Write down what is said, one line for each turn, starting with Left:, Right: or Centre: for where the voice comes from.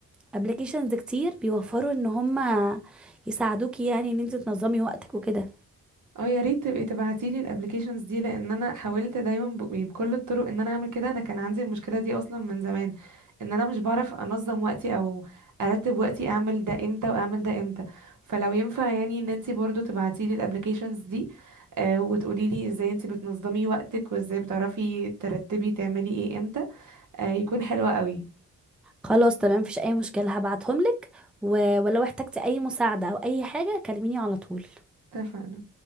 Centre: ابلكيشنز كتير بيوفروا ان هما يساعدوكي يعني ان انت تنظمي وقتك وكده
Right: اه يا ريت تبقي تبعتيلي الابلكيشنز دي لان انا حاولت دايما ب... يعني بكل الطرق ان انا اعمل كده انا كان عندي المشكله دي اصلا من زمان ان انا مش بعرف انظم وقتي او ارتب وقتي اعمل ده امتى واعمل ده امتى فلو ينفع يعني ان انتي برضو تبعتيلي الابلكيشنز دي آه وتقوليلي ازاي انتي بتنظمي وقتك وازاي بتعرفي ترتبي تعملي ايه امتى آه يكون حلوة قوي
Centre: خلاص تمام مفيش اي مشكلة هبعتهم لك و- ولو احتجتي اي مساعدة او اي حاجة كلميني على طول
Right: اتفقنا